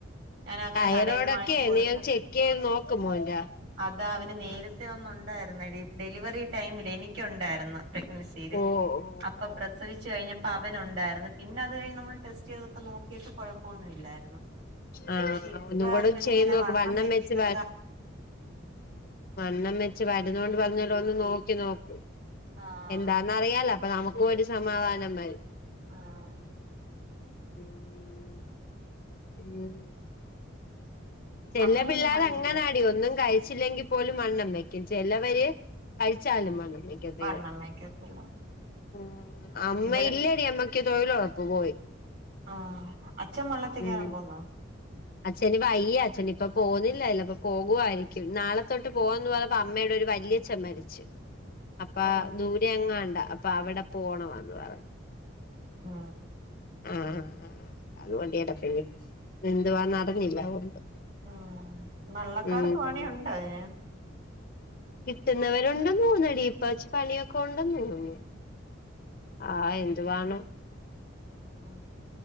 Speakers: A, on the right (about 55°); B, on the left (about 45°).
A: ഞാൻ അങ്ങനെ
B: തൈറോയിഡ്
A: കടയിൽന്ന് വാങ്ങിച്ചു
B: ഒക്കെ
A: കൊടുക്കാ
B: നീ ഒന്ന് ചെക്ക് ചെയ്ത് നോക്ക് മോന്റെ
A: അതാ അവന് നേരത്തെ ഒന്നുണ്ടായിരുന്നടി. ഡെലിവറി ടൈമിൽ എനിക്കുണ്ടായിരുന്നു. പ്രഗ്നസിയില്
B: ഓ ഓ
A: അപ്പൊ
B: ഓ
A: പ്രസവിച്ചു കഴിഞ്ഞ അവനുണ്ടായിരുന്നു പിന്നെ അത് കഴിഞ് നമ്മൾ ടെസ്റ്റ് ചെയ്തൊക്കെ നോക്കിയിട്ട് കുഴപ്പമൊന്നുമി ല്ലായിരുന്നു.
B: ആഹ്
A: പക്ഷെ ഇപ്പൊ
B: ഒന്നും കൂടെ
A: ഇവനിങ്ങനെ
B: ചെയ്ത് നോക്ക്
A: വണ്ണം വെക്കുന്നത്
B: വെച്ച്
A: കാര
B: വണ്ണം വെച്ച് വരുന്നൊണ്ട് പറഞ്ഞ പോലെ ഒന്ന് നോക്കി നോക്ക്.
A: ആഹ്
B: എന്താന്നറിയാലോ അപ്പൊ നമ്മുക്കും ഒരു സമാധാനം വരും
A: ആഹ്
B: ഉം ഉം ചിലപിള്ളര്
A: അമ്മയൊന്നും വന്നില്ലേ
B: അങ്ങനാടി ഒന്നും കഴിച്ചില്ലെങ്കിൽ പോലും വണ്ണം വെയ്ക്കുംചെലവര് കഴിച്ചാലും വണ്ണം വെയ്ക്കത്തില്ല
A: വണ്ണം വെക്കത്തില്ല
B: ഉ അമ്മ
A: ഇവിടെ
B: ഇല്ലടി അമ്മക്ക് തൊഴിലോ അപ്പൊ പോയി
A: ആ അച്ഛൻ വള്ളത്തിക്കേറാൻ
B: ഉം
A: പോന്നോ
B: അച്ഛന് വയ്യ അച്ഛനി ഇപ്പൊ പോകുന്നില്ലല്ലോ അപ്പൊ പോകുവായിരിക്കും നാളെത്തോട്ട് പോവാന്ന് പറ അപ്പ അമ്മയുടെ ഒരു വല്യച്ഛൻ മരിച്ചു അപ്പ
A: ആഹ്
B: ദൂരെ എങ്ങാണ്ട അപ്പൊ അവിടെ പോണമന്ന് പറഞ്ഞു
A: ആ
B: ആഹ അതുകൊണ്ടിടപ്പന്നെ നിതുവാൻ നടഞ്ഞില്ല അതുകൊണ്ട്
A: ഉ നള്ളക്കാർക്ക്
B: ഉം
A: പണിയുണ്ടോ അതിന്
B: കിട്ടുന്നവരുണ്ടെന്ന് തോന്നടി പ്പ വെച്ച് പണിയൊക്കെണ്ടെന്ന് തോന്നുന്നു ആഹ് എന്തുവാണോ
A: ഉം